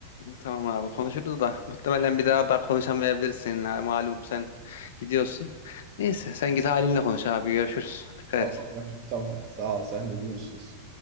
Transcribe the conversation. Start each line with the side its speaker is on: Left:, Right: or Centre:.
Left: Tamam abi konuşuruz da muhtemelen bir daha daha konuşamayabiliriz seninle malum sen gidiyorsun. Neyse sen git halinle konuş abi görüşürüz. Dikkat
Right: Tamam.
Left: et.
Right: <laughs> Tamam sağ ol sen de görüşürüz.